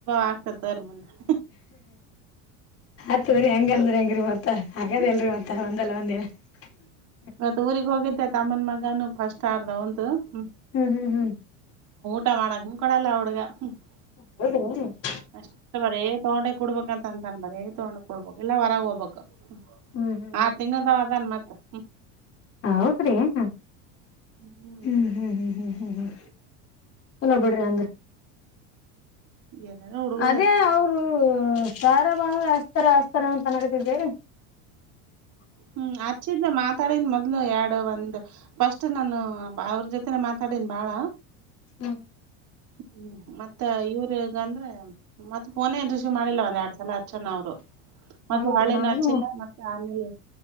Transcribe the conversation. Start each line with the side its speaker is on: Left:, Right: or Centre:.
Right: ಆಕತ ಮ. <unintelligible>
Left: ಆತ್ವ್ರರಿ ಹೆಂಗಲ <unintelligible> ಹೆಂಗ್ರೀ ಮತ್ತ ಹಾಗಾದ ಅಲ್ರಿ ಮತ್ತ. ಒಂದಲ್ಲ ಒಂದಿನ. <unintelligible>
Right: ಮತ್ತ ಊರಿಗೆ ಹೋಗಿದ್ದೆ ತಮ್ಮನ್ ಮಗನು ಫಸ್ಟ್ ಆರಒಂದು. <unintelligible>
Left: ಹ್ಮ್ ಹ್ಮ್ ಹ್ಮ್. <unintelligible>
Right: ಟಮಣಗನ್ ಕಡ ಅಲ್ಲ ಆವಡುಗ. <unintelligible>
Left: ಹದ. <unintelligible>
Right: ಅಷ್ಟ ಬರ ತಗೊಂಡೆ ಕು ಕೊಡ್ಬೇಕಂತ ಅಂತನ್ ಬರ್ ತಗೊಂಡೆ ಕು ಕೊಡ್ಬಕ್ ಇಲ್ಲ ಹೊರಗೆ ಹೋಗ್ಬೇಕು. <unintelligible>
Left: ಹೌದ್ರಿ ಹ್ಮ್ ಹ್ಮ್ ಹ್ಮ್
Right: ಆರ್ ತಿಂಗಳದಾವದನ್ ಮತ್ತ. <unintelligible>
Left: ಹೌತ ರ ಹ್ಮ್
Right: ಹ್ಮ್
Left: ಹ್ಮ್ ಹ್ಮ್ ಹ್ಮ್. <unintelligible> ಹ್ಮ್ ಹ್ಮ ಸನೋ ಬಡ್ರ ಅಂದ. <unintelligible>
Right: ಏನೇನೋ ಹುಡ್ಗುರು
Left: ಅದೇ ಅವರು. <unintelligible> ರ ಭಹ ಅಸ್ತರ ಅಸ್ತರ ಅ ತನಗತ್ತಿದ್ದೇವೆ. <unintelligible>
Right: ಹ್ಮ್ ಅಚ್ಚಿದ ಮಾತಾಡನ್ ಮೊದ್ಲು ಎರಡು. ಒಂದ ಫಸ್ಟ್ ನಾನು ಅವ್ರ ಜೊತೆನೆ ಮಾತಾಡನಿ ಬಾಳ.
Left: ಹ್ಮ್.
Right: ಹ್ಮ್ ಮತ್ತತ್ ಇವ್ರಗ ಅಂದ್ರೆ ಮತ್ ಪಫೋನೇ ರಿಸೀವ್ ಮಾಡಿಲ್ಲ ಒಂದ್ ಎರಡ್ ಸಲ ಹಚ್ಚಣ ಅವ್ರು. ಮತ್ತ
Left: ಹೌದ್ರಿ
Right: ಹಳಿನ
Left: ನಾನು
Right: ಹಚ್ಚಿಲ್ಲ ಮತ್ತೆ ಆಮೇಲೆ